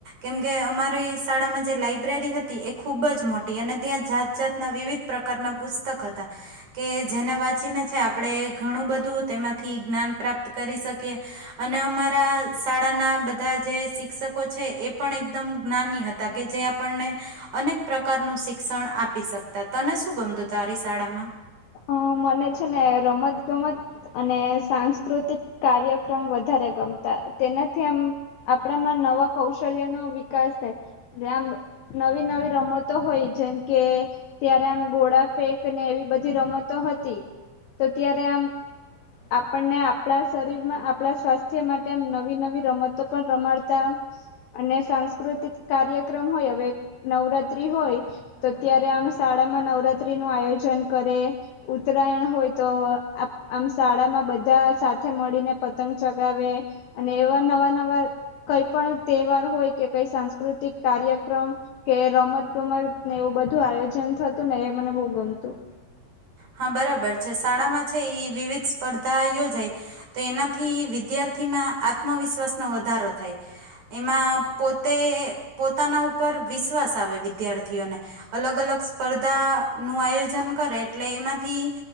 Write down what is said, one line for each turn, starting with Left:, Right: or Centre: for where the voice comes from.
Right: કેમકે અમારી શાળામાં જે લાઈબ્રેરી હતી એ ખૂબ જ મોટી અને ત્યાં જાત જાતના વિવિધ પ્રકારના પુસ્તક હતા કે જેને વાંચીને છે આપણે ઘણું બધું તેમાંથી જ્ઞાન પ્રાપ્ત કરી શકીએ અને અમારા શાળાના બધા જે શિક્ષકો છે એ પણ એકદમ જ્ઞાની હતા કે જે આપણને અનેક પ્રકારનું શિક્ષણ આપી શકતા તને શું ગમતું તારી શાળામાં
Left: હ મને છે ને રમત ગમત અને સાંસ્કૃતિક કાર્યક્રમ વધારે ગમતા તેનાથી આમ આપણામાં નવા કૌશલ્યનો વિકાસ થાય આમ નવી નવી રમતો હોય જેમ કે ત્યારે આમ ગોડા ફેંક ને એવી બધી રમતો હતી તો ત્યારે આમ આપણને આપણા શરીરમાં આપણા સ્વાસ્થ્ય માટે આમ નવી નવી રમતો પણ રમાડતા અને સાંસ્કૃતિક કાર્યક્રમ હોય હવે નવરાત્રી હોય તો ત્યારે અમે શાળામાં નવરાત્રીનું આયોજન કરે ઉત્તરાયણ હોય તો આમ શાળામાં બધા સાથે મળીને પતંગ ચગાવે અને એવા નવા નવા કઈ પણ તહેવાર હોય કે કઈ સાંસ્કૃતિક કાર્યક્રમ કે રમત ગમત ને એવું બધું આયોજન થતું ને એ મને બહુ ગમતું.
Right: હા બરાબર છે શાળામાં છે એ વિવિધ સ્પર્ધા યોજાય તો એનાથી વિદ્યાર્થીમાં આત્મવિશ્વાસનો વધારો થાય એમાં પોતે પોતાના ઉપર વિશ્વાસ આવે વિદ્યાર્થીઓને અલગ અલગ સ્પર્ધાનું આયોજન કરે એટલે એમાંથી